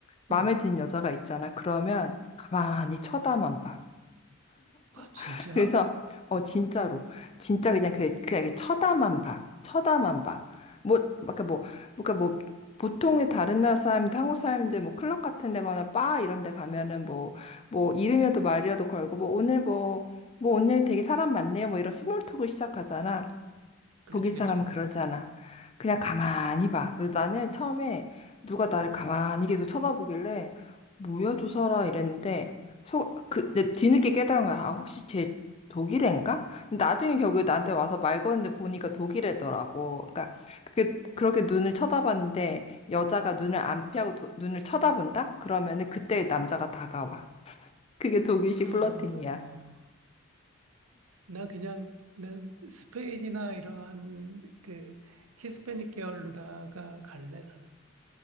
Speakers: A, on the left; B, on the right.
A: 마음에
B: 응.
A: 든 여자가 있잖아. 그러면 가만히 쳐다만 봐.
B: 아, 진짜?
A: <laughs> 그래서 어 진짜로 진짜 그냥 그 그냥 이렇게 쳐다만 봐. 쳐다만 봐. 뭐 그러니까 뭐 그러니까 뭐 보통의 다른 나라 사람인데 한국 사람인데 뭐 클럽 같은 데거나 바 이런 데 가면은 뭐 뭐 이름이라도 말이라도 걸고 뭐 오늘 뭐 뭐 오늘 되게 사람 많네요. 뭐 이런 스몰 톡을 시작하잖아.
B: 그렇지,
A: 독일 사람은
B: 그렇지.
A: 그러지 않아. 그냥 가만히 봐. 그래서 나는 처음에 누가 나를 가만히 계속 쳐다보길래 뭐야 저 사람 이랬는데 속, 그, 내 뒤늦게 깨달은 거야. 아 혹시 쟤 독일애인가? 근데 나중에 결국에 나한테 와서 말 거는데 보니까 독일애더라고. 그러니까 그게 그렇게 눈을 쳐다봤는데 여자가 눈을 안 피하고 도- 눈을 쳐다본다? 그러면은 그때 남자가 다가와. 그게 독일식
B: 아,
A: 플러팅이야.
B: 나 그냥, 난 스페인이나 이러한 그 히스패닉 계열로다가 갈래, 나는.